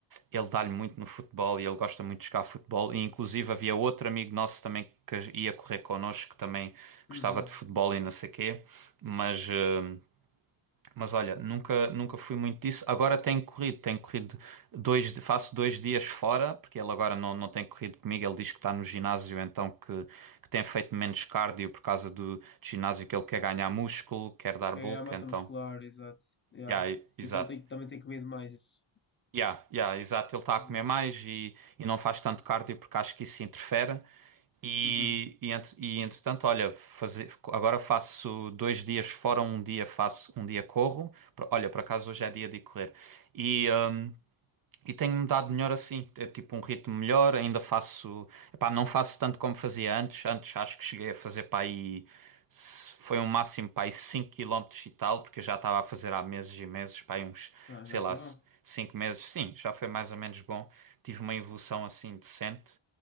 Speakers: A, on the right (about 45°); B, on the left (about 25°).
A: ele dá-lhe muito no futebol e ele gosta muito de jogar futebol. E inclusive havia outro amigo nosso também que ia correr connosco, que também gostava
B: Uhum.
A: de futebol e não sei o quê, mas. hum, mas olha, nunca, nunca fui muito disso. Agora tenho corrido, tenho corrido dois, faço dois dias fora, porque ele agora não, não tem corrido comigo. Ele diz que está no ginásio, então que, que tem feito menos cardio por causa do, do ginásio, que ele quer ganhar músculo, quer dar
B: É
A: bulk,
B: a massa
A: então.
B: muscular, exato. Yeah.
A: Yeah, e- exato.
B: Então tem, também tem comido mais.
A: Yeah, yeah, exato. Ele está
B: Exato.
A: a comer mais e, e não faz tanto cardio porque acho que isso interfere. E,
B: Uhum.
A: e, entre- e, entretanto, olha, fazer, agora faço dois dias fora, um dia faço, um dia corro. Por- Olha, por acaso hoje é dia de correr. E, hum, e tenho-me dado
B: Uhum.
A: melhor assim, é tipo um ritmo melhor, ainda faço, epá, não faço tanto como fazia antes. Antes acho que cheguei a fazer para aí, se- foi um máximo para aí 5 km e tal, porque eu já estava a fazer há meses e meses, para aí uns,
B: Ah,
A: sei
B: já
A: lá,
B: foi bom.
A: 5 meses. Sim, já foi mais ou menos bom. Tive uma evolução assim decente.